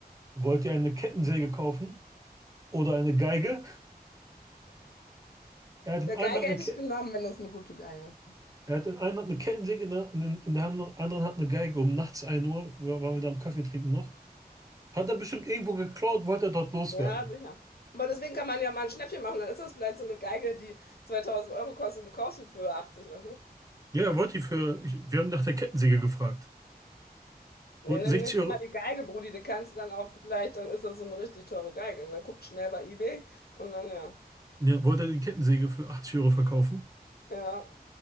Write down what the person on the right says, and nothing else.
wollt ihr eine Kettensäge kaufen oder eine Geige? Er hat in
einer
Hand
eine, Ke
er hat in einer Hand eine Kettensäge, in der, in den- in der hand- anderen Hand eine Geige. Um nachts ein Uhr wa- waren wir da am Kaffee trinken noch. Hat er bestimmt irgendwo geklaut, wollte er dort loswerden.
Ja, er wollte die für, ich, wir haben nach der Kettensäge gefragt.
Wollte
60
Euro,
ja, wollte er die Kettensäge für 80 Euro verkaufen.